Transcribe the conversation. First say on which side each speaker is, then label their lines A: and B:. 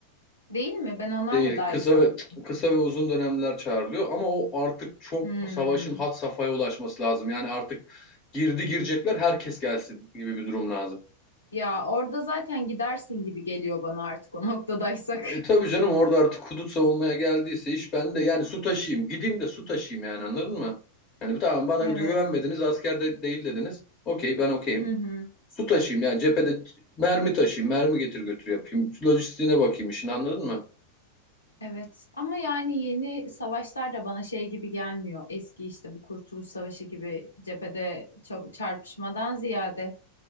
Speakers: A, on the left; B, on the left.
A: Değil mi? Ben onlar
B: Değil.
A: da dahil
B: Kısa
A: sanıyordum.
B: ve kısa ve uzun dönemler çağrılıyor. Ama o artık çok
A: Hmm.
B: savaşın had safhaya ulaşması lazım. Yani artık girdi girecekler herkes gelsin gibi bir durum lazım.
A: Ya orada zaten gidersin gibi geliyor bana artık o noktadaysak.
B: E
A: <laughs>
B: tabii canım orada artık hudut savunmaya geldiyse iş ben de Yani su taşıyayım. Gideyim de su taşıyayım yani anladın mı? Yani tamam bana
A: Evet.
B: güvenmediniz asker de değil dediniz. Okey ben okeyim.
A: Hı hı.
B: Su taşıyayım yani cephede mermi taşıyayım, mermi getir götür yapayım. Lojistiğine bakayım işin anladın mı?
A: Evet. Ama yani yeni savaşlar da bana şey gibi gelmiyor. Eski işte bu Kurtuluş Savaşı gibi cephede ça- çarpışmadan ziyade